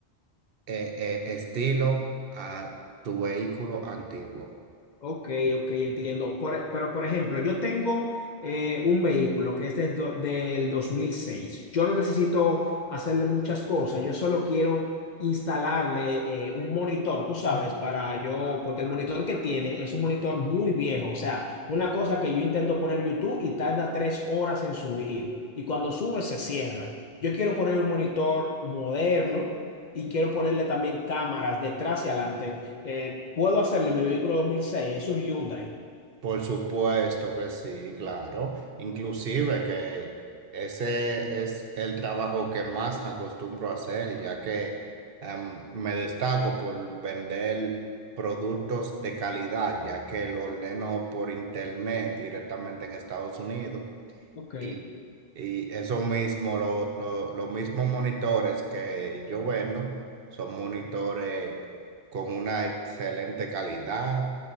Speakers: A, on the right (about 65°); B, on the left (about 55°).
A: eh, eh, estilo a tu vehículo antiguo.
B: Ok, ok, entiendo. Por- pero, por ejemplo, yo tengo eh, un vehículo que es del, do- del 2006. Yo no necesito hacerle muchas cosas. Yo solo quiero instalarle eh, un monitor, tú sabes, para yo, porque el monitor que tiene es un monitor muy viejo. O sea, una cosa que yo intento poner YouTube y tarda tres horas en subir. Y cuando sube, se cierra. Yo quiero poner un monitor moderno y quiero ponerle también cámaras detrás y adelante. Eh, puedo hacerlo en mi vehículo dos mil seis es un Hyundai,
A: Por supuesto que sí, claro. Inclusive que ese es el trabajo que más acostumbro a hacer, ya que em, me destaco por vender productos de calidad, ya que lo ordeno por internet directamente en Estados Unidos.
B: Ok,
A: Y, y eso mismo, lo, lo, los mismos monitores que yo vendo son monitores con una excelente calidad,